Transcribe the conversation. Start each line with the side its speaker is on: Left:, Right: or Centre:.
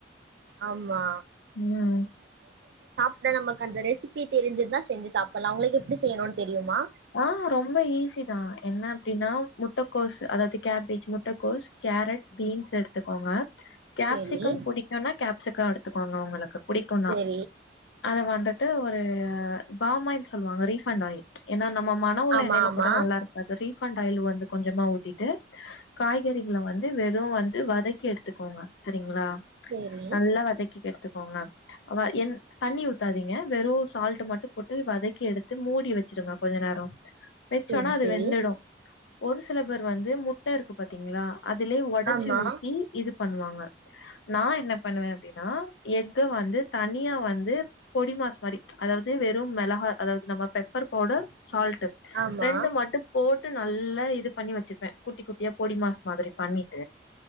Right: ஆமா
Left: உம்
Right: இல்ல நமக்கு அந்த ரெசிபி தெரிஞ்சது தான் செஞ்சு சாப்பிடலாம் உங்களுக்கு எப்படி செய்யணும்னு தெரியுமா
Left: ஆஹ் ரொம்ப ஈஸி தான் என்ன அப்டீன்னா முட்டைக்கோசு அதாவது கேபேஜ் மு முட்டகோஸ் கேரட் பீன்ஸ் எடுத்துக்கோங்க கேப்சிகம்
Right: செரி
Left: புடிக்கும்னா கேப்சிகம் எடுத்துக்கோங்க உங்களுக்கு புடிக்கும்னா
Right: செரி
Left: அத வந்துட்டு ஒரு பாமாயில் சொல்லுவாங்க ரீஃபண்ட் ஆயில் என்ன ன நம்ம மன உள்ள
Right: ஆமா
Left: எண்ணையில
Right: ஆமா
Left: போட நல்லா இருக்காது ரீ பண்ட் வந்து கொஞ்சமா ஊத்திட்டு காய்கறிகள வந்து வெறும் வந்து வதக்கி எடுத்துக்கோங்க சரிங்களா
Right: சேரி
Left: நல்லா வதக்கி எடுத்துக்கோங்க என் தண்ணி ஊ தீங்க வெறும் சால்ட் மட்டும் போட்டு வதக்கி எடுத்து மூடி வை கொஞ்சொ நேரொ வெச்சோனா
Right: சேரி
Left: அது
Right: சேரி
Left: வெந்துடு ஒரு சில வந்து முட்ட இருக்கு பாத்தீங்களா அதுலயே ஒடச்சு
Right: ஆமா
Left: ஊத்தி இது பண்ணுவாங்க நா என்ன பண்ணுவே அப்படின்னா எது வந்து தனியா வந்து பொடி மாஸ் மாரி அதாவது வெறு மிளகா அதாவது நம்ம பெப்பர் பவுடர் சால் ட்
Right: ஆமா
Left: ரெண்டு மட்டும் போட் டு நல்லா இது பண்ணி வெச்சிப்பே குட்டி குட்டியா பொடி மாஸ் மாதிரி பண்ணி